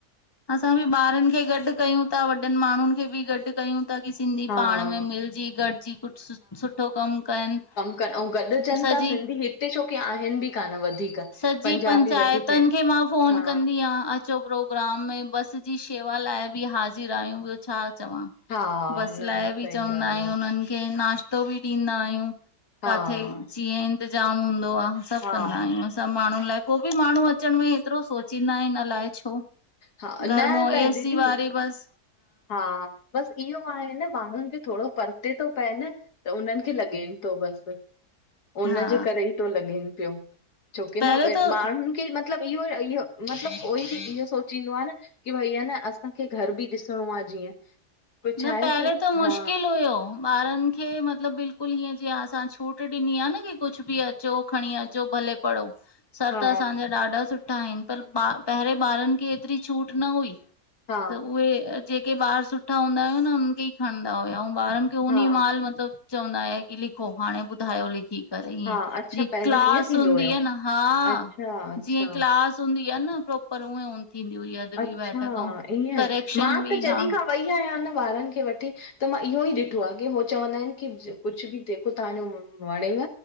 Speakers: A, on the left; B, on the left.
A: असां बि ॿारनि खे गॾु कयूं था। वॾनि माण्हुनि खे बि गॾु कयूं। तॾी सिंधी
B: हा,
A: पाण में मिलजी गॾजी कुछु सुठो कम कनि।
B: अऊं गॾिजनि
A: सॼी
B: ता सिंधी, हिते छो की आहिनि बि कान्ह वधीक।
A: सॼी
B: पंजाबी
A: पंचायतनि
B: वधीक आहिनि,
A: खे मां फोन
B: हा,
A: कंदी आ, अचो प्रो प्रोग्राम में बस जी शेवा लाइ बि हाज़िर आहियूं, ॿियो छा चवां?
B: हा
A: बस
B: न
A: लाइ
B: न सही
A: बि चवंदा
B: ॻाल्हि
A: आहियूं
B: आ।
A: हुननि खे, नाश्तो बि ॾींदा आहियूं,
B: हा,
A: काथे जीअं इंतज़ाम हूंदो आ सभु
B: हा,
A: कंदा सब माण्हुनि लाइ, पो बि माण्हू अचण में एतिरो सोचींदा इन अलाइ छो?
B: हा
A: घर
B: न
A: मों
B: त
A: एसी
B: दीदी
A: वारी बस।
B: हा, बसि इहो आहे न ॿारनि खे थोड़ो परिते तो पए न। त उन्हनि खे लॻेनि तो बसि बसि उनजे
A: हा
B: करे ई तो लॻेन पियो, छोकि
A: पहिरें
B: न
A: त
B: माण्हुनि खे न मतलब इहो इहो, मतिलब कोई बि इहो सोचींदो आ न कि भई न असां घर बि ॾिसु सुणों आ जीअं। कोई छा
A: न
B: आहे
A: पहले
B: की
A: त मुश्किल
B: हा
A: हुयो। ॿारन खे मतलब बिल्कुल हीअं जीअं असां छूट ॾिनी आ न की कुछ बि अचो खणी अचो भले पढ़ो। सर
B: हा
A: त असांजा ॾाढा सुठा ईन, पर पहरें ॿारन खे एतरी छूट न हुई।
B: हा
A: त उहे, जेके ॿार सुठा हूंदा हुया न हुनन खे ई खणंदा हुया अऊं ॿारन कियूनी
B: हा
A: माल मतलब चवंदा आ की लिखो, हाणे ॿुधायो लिखी। त ईएं
B: हा अच्छा
A: जीअ
B: पहिरियों
A: क्लास
B: ईअं थींदो
A: हूंदी
B: हुयो
A: आ न, हा।
B: अच्छा अच्छा
A: जीअं क्लास हूंदी आ न प्रोपर ऊएं थींदी हुई अॼ बि
B: अच्छा
A: बैठकूं,
B: ईअं
A: करैक्शन
B: मां
A: बि
B: त जॾहिं
A: हा।
B: खां वई आयां न ॿारन खे वठी। त मां इहो ई ॾिठो आह की हो चवंदा ईन की कुछ बि जेको तव्हांजो वणेव